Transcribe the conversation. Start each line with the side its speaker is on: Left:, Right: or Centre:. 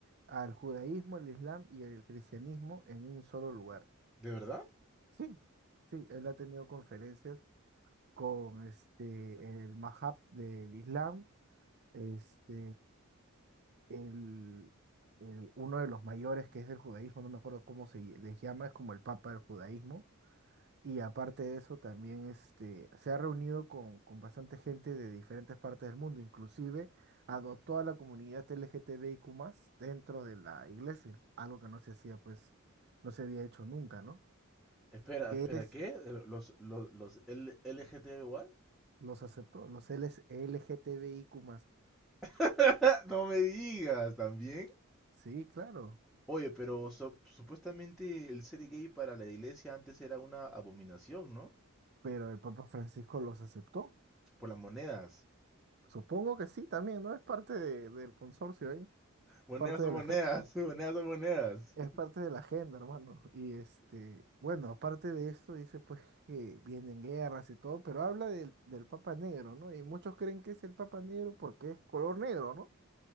Right: al judaísmo, el islam y el cristianismo en un solo lugar. <laughs>
Centre: ¿De verdad?
Right: Sí, sí, él ha tenido conferencias con este, el Mahab del Islam, este, el, el- uno de los mayores que es del judaísmo, no me acuerdo cómo se les llama, es como el papa del judaísmo Y aparte de eso, también este, se ha reunido con, con bastante gente de diferentes partes del mundo, inclusive adoptó a la comunidad LGTBIQ+, dentro de la iglesia, algo que no se hacía, pues, no se había hecho nunca, ¿no?
Centre: Espera,
Right: Que
Centre: espera,
Right: es,
Centre: ¿qué? ¿Los, los, los L- LGTB igual?
Right: los aceptó, los LS LGTBIQ+.
Centre: <laughs> No me digas, ¿también?
Right: Sí, claro,
Centre: Oye, pero so- supuestamente el ser gay para la iglesia antes era una abominación, ¿no?
Right: pero el Papa Francisco los aceptó.
Centre: Por las monedas.
Right: Supongo que sí, también, ¿no? Es parte de- del consorcio ahí,
Centre: Monedas
Right: parte
Centre: son
Right: de
Centre: monedas,
Right: la gente.
Centre: <laughs> monedas son monedas.
Right: Es parte de la agenda, hermano. Y este, bueno, aparte de esto, dice pues que vienen guerras y todo, pero habla del, del Papa Negro, ¿no? Y muchos creen que es el Papa Negro porque es color negro, ¿no?